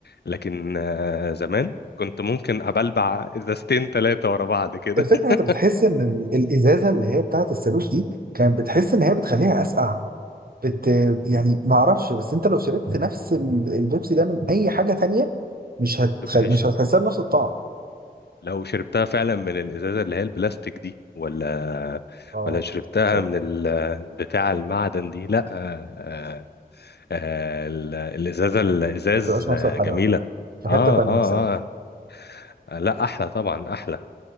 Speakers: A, on the left; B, on the right.
A: لكن آه، زمان كنت ممكن ابلبع ازازتين ثلاثه ورا بعض كده
B: الفكره
A: <laughs>
B: إن انت بتحس ان ال- الازازه اللي هي بتاعت الصاروخ دي كانت بتحس ان هي بتخليها اسقع بت يعني ما اعرفش بس انت لو شربت نفس ال- البيبسي ده من اي حاجه تانية مش هتخل...
A: ما تبقاش
B: مش هتحسها بنفس الطعم
A: لو شربتها فعلا من الازازه اللي هي البلاستيك دي ولا
B: اه
A: ولا شربتها
B: لا ما تبقاش
A: من ال- بتاع المعدن دي لا آه، آه، ال- الازازه الازاز
B: ما بتبقاش نفس
A: آه،
B: الحلاوه
A: جميله
B: في حته
A: اه
B: تانية بصراحه
A: اه اه لا احلى طبعا احلى